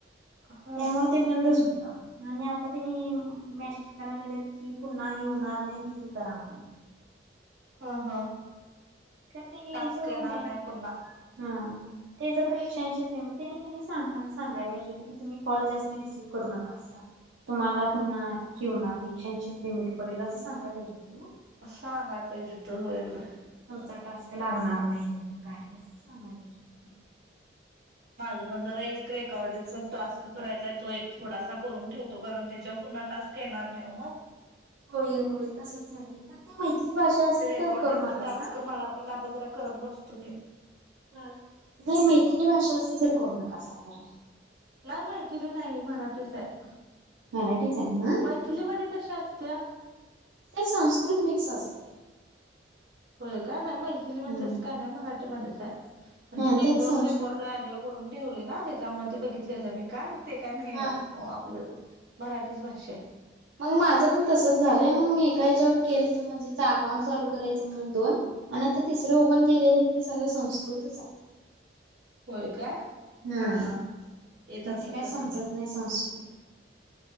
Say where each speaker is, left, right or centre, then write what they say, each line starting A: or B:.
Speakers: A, on the right; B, on the right.
A: हा
B: त्यामुळ ते बंदच होता. आणि आता तेने मेसेज कराय लागलेत की पुन्हा हे होणार नाही ती हे करा म्हणून.
A: हा, हा
B: का ते हे
A: टास्क
B: होणे
A: येणार नाय पुन्हा
B: हा त्याज खर एकशे ऐंशीच लिमिट तेनी सांगताना सांगाय पाहिजे होत की तुम्ही कॉल जास्ती रिसीव्ह करू नका अस. तुम्हाला पुन्हा हे होणार नाही एकशे ऐंशीच लिमिट पडेल असं सांगायला पाहिजे होत ना.
A: सांगाय पाहिजे होत होय होय.
B: तुमचा टास्क लागणार नाय नायत काय असं सांगायला पाहिजे होत.
A: माझ पण जरा एक रेकॉर्ड टास्क करायचाय तो एक थोडासा करून ठेवतो कारण त्याच्यावर पुन्हा टास्क येणार नाय ओ म.
B: होय, होय तसच झालंय इथं ती मैथली भाषा
A: हा
B: असेल
A: ते रेकॉर्डिंगच
B: तर करू नकासा.
A: टास्क मला पण आता जरा करत बसतो की.
B: नाही मैथिली भाषा असेल तर करू नकासा खरं.
A: नाय मैथिली नाय मराठीच आहे.
B: मराठीच आहे ना
A: मैथिलीमजे कशी असत्या?
B: त्यात संस्कृत मिक्स असते.
A: होय काय नाय मैथिली म्हणतेच
B: हम्म
A: काय नाय मराठीमध्येच आहे. म्हणजे
B: हा
A: मी
B: त्यात
A: एक दोन
B: संस्कृत
A: रेकॉर्ड ऑडि करून ठेवली ना त्याच्यामुळे ते बघितलेलं मी का ते काय न्हाय
B: हा
A: हे आपलं मराठीच भाषा य
B: मंग माझं पण तसच झालंय, मंग मी एका ह्याच्यावर केल तू म्हणजे अकाउंट चालू करायचं म्हणून दोन आणि आता तिसरं ओपण केलं तर ते सगळं संस्कृतच आहे.
A: होय काय.
B: हम्म
A: हा हा. येत
B: मग
A: असेल
B: ते काय
A: तसं
B: समजत
A: पण
B: नाय संस्कृत